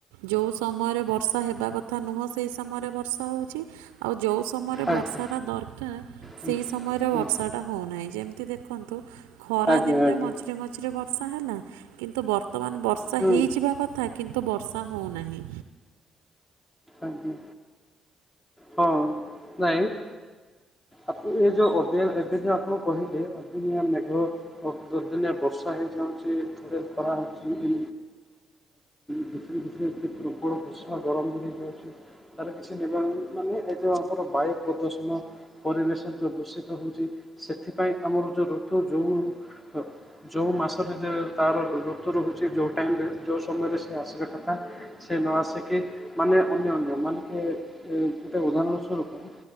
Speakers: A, on the right; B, on the left.
A: ଯେଉଁ ସମୟରେ ବର୍ଷା ହେବା କଥା ନୁହଁ ସେହି ସମୟରେ ବର୍ଷା ହେଉଛି ଆଉ ଯଉଁ ସମୟରେ ବର୍ଷାଟା
B: ଆଜ୍ଞା
A: ଦରକାର
B: ହୁଁ,
A: ସେଇ ସମୟରେ
B: ହୁଁ।
A: ବର୍ଷାଟା ହେଉନାହିଁ ଯେମିତି ଦେଖନ୍ତୁ ଖରା
B: ଆଜ୍ଞା
A: ଦିନରେ
B: ଆଜ୍ଞା
A: ମଝିରେ ମଝିରେ ବର୍ଷା ହେଲା। କିନ୍ତୁ ବର୍ତ୍ତମାନ ବର୍ଷା
B: ହୁଁ
A: ହେଇଯିବା କଥା କିନ୍ତୁ ବର୍ଷା ହଉନାହିଁ।
B: ଆଜ୍ଞା ହଁ ନାଇଁ। ଆପଣ ଏ ଯେଉଁ ଅଦିଆ ଏବେ ଯେଁ ଆପଣ କହିଲେ ଅଦିନିଆ ମେଘ ପନ୍ଦର ଦିନିଆ ବର୍ଷା ହେଇଯାଉଛି। ଥରେ ଖରା ହଉଛି। ଭିତରେ ଭିତରେ ପ୍ରବର ଭୀଷଣ ଗରମ ଧରି ତାର କିଛି ନିବାରଣ ମାନେ ଏ ଯଉ ଆମର ବାୟୁ ପ୍ରଦୂଷଣ। ପରିବେଶ ଯେଉଁ ଦୂଷିତ ହେଉଛି। ସେଥିପାଇଁ ଆମର ଯେଉଁ ଋତୁ ଯେଉଁ ଯଉ ମାସରେ ତାର ଋତୁ ରହୁଛି ଯୋଉ ଟାଇମରେ ଯୋଉ ସମୟରେ ସେ ଆସିବା କଥା ସେ ନଆସି କି ମାନେ ଅନ୍ୟ ଅନ୍ୟ ମାନକେ ଏ ଗୋଟେ ଉଦାହରଣ ସ୍ଵରୁପ।